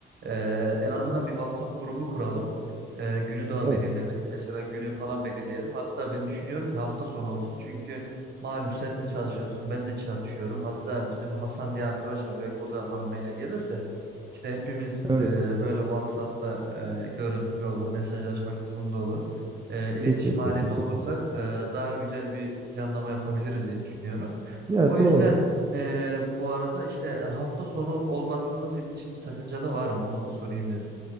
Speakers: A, on the right; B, on the right.
A: Ee, en azından bir WhatsApp grubu kuralım. Ee, günü daha
B: Evet,
A: belirlemedik. Mesela günü falan belirleyelim. Hatta ben düşünüyorum ki hafta sonu olsun. Çünkü malum sen de çalışıyorsun ben de çalışıyorum. Hatta bizim Hasan diye arkadaş var. Belki o da hanımıyla gelirse. işte hepimiz
B: evet.
A: e, böyle WhatsApp'ta e, görüntülü olur. Mesajlaşma kısmında olur e, iletişim
B: Kesinlikle,
A: halinde
B: kesinlikle.
A: olursak e, daha güzel bir planlama yapabiliriz diye düşünüyorum.
B: Ya
A: O yüzden
B: doğru.
A: e, bu arada işte hafta sonu olmasında senin için bir sakınca da var mı? Onu da sorayım dedim.